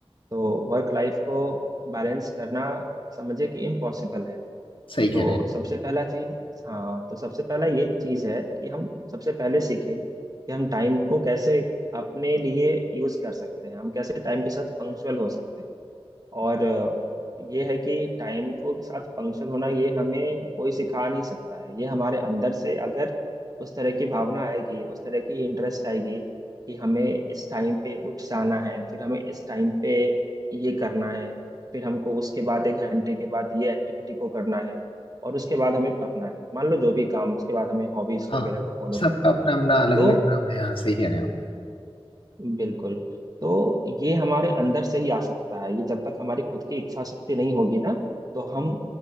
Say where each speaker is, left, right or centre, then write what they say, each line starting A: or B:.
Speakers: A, on the right; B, on the left.
A: तो वर्क लाइफ को बैलेंस करना समझे कि इम्पॉसिबल है
B: सही कह
A: तो
B: रहे हैं
A: सबसे पहला चीज हाँ तो सबसे पहला ये चीज है कि हम सबसे पहले सीखें कि हम टाइम को कैसे अपने लिए यूज कर सकते हैं हम कैसे टाइम के साथ पंक्चुअल हो सकते हैं और अ, ये है कि टाइम को के साथ पंक्चुअल होना ये हमें कोई सिखा नहीं सकता है ये हमारे अंदर से अगर उस तरह की भावना आएगी उस तरह की इंटरेस्ट आएगी कि हमें इस टाइम पे उठ जाना है फिर हमें इस टाइम पे ये करना है फिर हमको उसके बाद एक घंटे के बाद ये एक्टिविटी को करना है और उसके बाद हमें पढ़ना है मान लो जो भी काम उसके बाद हमें हॉबीज
B: हाँ
A: वगैरह को फॉलो
B: सबका
A: करना
B: अपना
A: है
B: अपना अलग
A: तो
B: अलग काम है हाँ सही कह रहे हैं आप
A: बिल्कुल तो ये हमारे अंदर से ही आ सकता है ये जब तक हमारी खुद की इच्छा शक्ति नहीं होगी ना तो हम